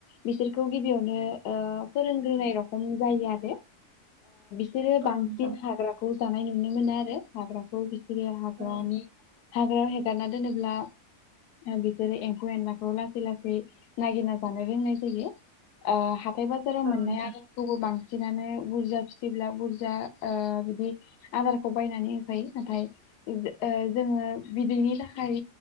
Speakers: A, on the left; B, on the right.
A: बिसोरखौ गिबियावनो फोरोंग्रोनाय रखम जायो आरो। बिसोरो बांसिन
B: औ नोंथां
A: हाग्राखौ जानाय। नुनो मोनो आरो हाग्राखौ हाग्राानि
B: औ औ
A: हाग्रा दानना दोनोब्ला ओ बिसोरौ एम्फौ एनलाखौ लासै लासै नागिरना जानो रोंनाय जायो ओ हा। हाथाय बाजाराव
B: औ
A: मोननाय
B: नोंथां
A: आदारखौबो बां फिनानै बुरजा फिथिब्ला बुरजा ओ बिदि आदारखौ बायनानै होखायो नाथाय। ओ जोङो बिदैनि थाखाय